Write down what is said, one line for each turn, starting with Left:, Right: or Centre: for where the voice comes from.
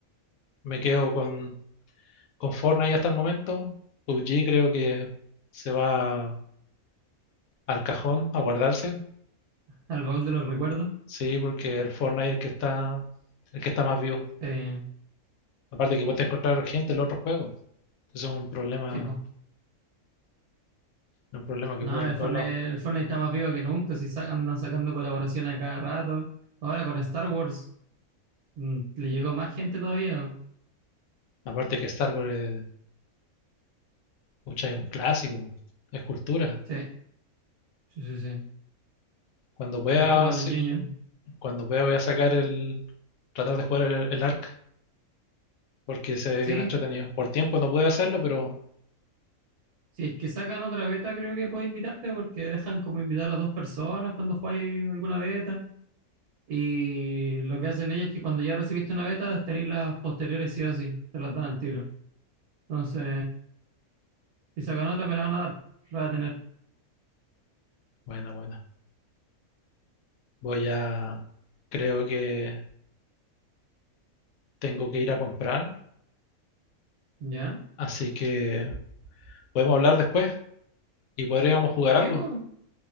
Left: me quedo con, con Fortnite hasta el momento. PUBG creo que se va al cajón a guardarse.
Right: Al baúl de los recuerdos.
Left: Sí, porque el Fortnite es el que está, el que está más vivo.
Right: Eh,
Left: Aparte que cuesta encontrar gente en los otros juegos. Es un problema,
Right: Sí, pues.
Left: un problema que
Right: No,
Left: ocurre en
Right: el
Left: todos
Right: Fortnite,
Left: lados.
Right: el Fortnite está más vivo que nunca, si sa- andan sacando colaboraciones a cada rato. Ahora con Star Wars mm, le llegó más gente todavía.
Left: Aparte que Star Wars es, pucha, es un clásico, es cultura.
Right: Sí, sí, sí, sí.
Left: Cuando pueda,
Right: Cultura para
Left: sí,
Right: los ñoños.
Left: cuando pueda voy a sacar el, tratar de jugar el, el Ark, porque se ve
Right: Sí,
Left: bien entretenido. Por tiempo no puedo hacerlo, pero
Right: si es que sacan otra beta, creo que puedo invitarte porque dejan como invitar a dos personas cuando jugáis alguna beta. Y lo que hacen ellos es que cuando ya recibiste una beta, tenéis las posteriores sí o sí, te las dan al tiro. Entonces, si sacan otra, me la van a dar, la voy a tener.
Left: bueno, bueno. Voy a, creo que tengo que ir a comprar,
Right: ¿Ya?
Left: así que podemos hablar después y podríamos jugar
Right: Sí,
Left: algo.
Right: pues.